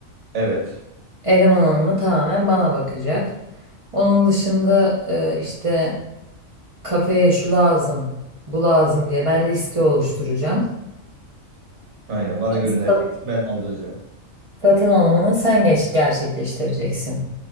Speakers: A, on the right; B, on the right.
A: Evet.
B: Eleman alımı tamamen bana bakacak. Onun dışında e, işte kafeye şu lazım, bu lazım diye ben liste oluşturacağım.
A: Aynen bana göndereceksin
B: Sat-
A: ben aldıracağım.
B: Satın alımını sen geç- gerçekleştireceksin.